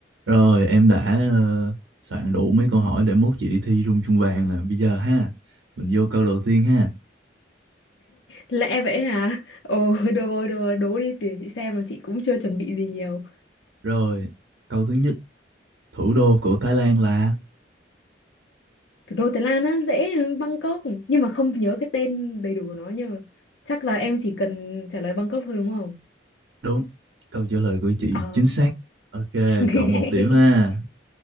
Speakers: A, on the right (about 80°); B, on the left (about 85°).
A: Rồi em đã ờ, soạn đủ mấy câu hỏi để mốt chị đi thi rung chuông vàng nè. Bây giờ ha, mình vô câu đầu tiên ha.
B: Lẽ vậy hả? Ồ, <laughs> được rồi, được rồi, đố đi để chị xem là chị cũng chưa chuẩn bị gì nhiều.
A: Rồi, câu thứ nhất, thủ đô của Thái Lan là
B: Thủ đô Thái Lan á, dễ Bangkok, nhưng mà không nhớ cái tên đầy đủ của nó nhờ. Chắc là em chỉ cần trả lời Bangkok thôi đúng không?
A: đúng. Câu trả lời của chị
B: Ờ.
A: chính xác. Ok,
B: <laughs>
A: cộng một điểm ha.